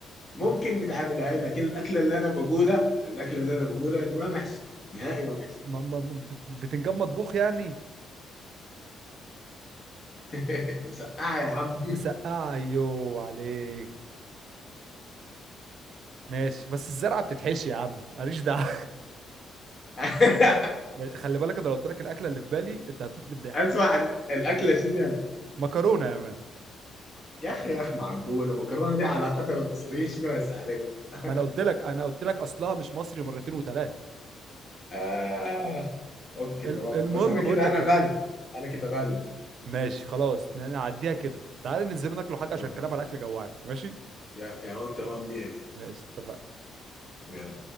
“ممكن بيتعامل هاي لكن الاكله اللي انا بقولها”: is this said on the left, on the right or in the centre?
Left